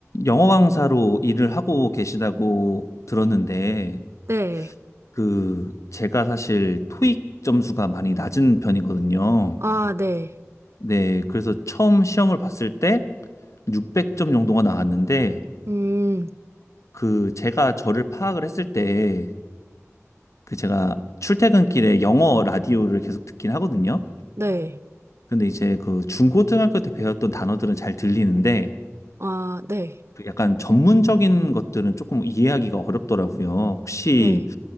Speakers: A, on the left; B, on the right.
A: 영어 강사로 일을 하고 계시다고 들었는데,
B: 네.
A: 그, 제가 사실 토익 점수가 많이 낮은 편이거든요.
B: 아, 네.
A: 네, 그래서 처음 시험을 봤을 때 600점 정도가 나왔는데,
B: 음,
A: 그, 제가 저를 파악을 했을 때, 그, 제가 출퇴근길에 영어 라디오를 계속 듣긴 하거든요.
B: 네.
A: 근데 이제 그 중고등학교 때 배웠던 단어들은 잘 들리는데,
B: 아, 네.
A: 그 약간 전문적인 것들은 조금 이해하기가 어렵더라고요. 혹시
B: 네.